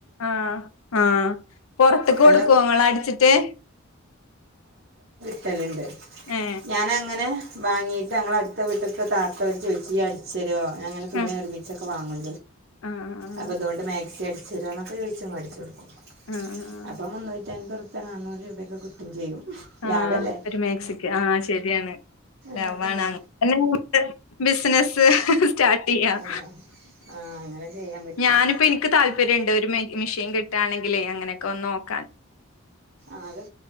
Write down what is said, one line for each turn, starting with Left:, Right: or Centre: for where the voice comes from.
Left: ആ ആ പൊർത്ത്ക്ക് കൊടുക്കേ
Right: നല്ല
Left: ഇങ്ങള അടിച്ചിട്ട്
Right: ട്ടല്ണ്ട്
Left: ഏ
Right: ഞാനങ്ങനെ വാങ്ങയിട്ട് ഞങ്ങള് അടുത്ത വീട്ട്ത്തെ താത്ത ഓര് ചോയ്ച്ച് ഇയ്യ്അടിച്ച് രോ ഞാ ഇങ്ങനെ തുണിഒരുമിച്ചൊക്കെ
Left: ആ
Right: വാങ്ങും
Left: ആ ആ
Right: അപ്പം തോണ്ട് മാക്സി അടച്ച് തരോ ന്നൊക്കെ ചോയിച്ചും അടിച്ച് കൊട്ക്കും
Left: ആ ആ
Right: അപ്പം മുന്നൂറ്റി അൻമ്പ ർപ്യ നാന്നൂറ് രൂപയൊക്കെ കിട്ടും ചെയ്യും
Left: ആ
Right: ലാഭല്ലേ
Left: ഒരു മേക്സിക്ക് ആ ശരിയാണ് ലാബാണ്
Right: ലാഭല്ലേ
Left: അങ്ങനെ കൂടുതൽ ബി സ്നസ് സ്റ്റാട്ട്ചെയ്യാം
Right: ആ ആ അങ്ങനെ ചെയ്യാൻ പറ്റും
Left: ഞാനിപ്പോ ഇൻക്ക് താല്പര്യ ണ്ട് ഒരു മെഷീൻ കിട്ടായാണെങ്കിലേ അങ്ങനെയൊക്കെ ഒന്ന് നോക്കാൻ
Right: ആത്